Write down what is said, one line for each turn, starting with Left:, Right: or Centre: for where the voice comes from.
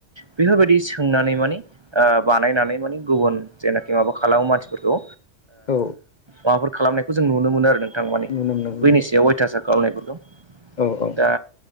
Right: बेफोरबायदि सोंनानै माने बानायनानै माने गुबुन जेनाखि माबा खालाम खालामाव मानसिफोरखौ
Left: औ
Right: माबाफोर खालामनायखौ जों नुनो मोनो आरो नों
Left: <unintelligible>
Right: बैनि सायाव अयथासार खालामनायफोरखौ
Left: औ औ
Right: दा